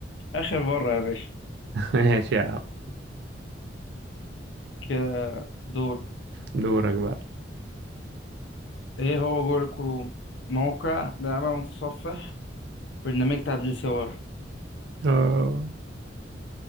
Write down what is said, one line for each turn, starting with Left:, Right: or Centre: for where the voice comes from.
Left: آخر مرة يا باشا
Right: ماشي يا عم
Left: كده دور
Right: دورك بقى
Left: ايه هو جوجل كروم موقع لعبة متصفح برنامج تعديل صور
Right: اه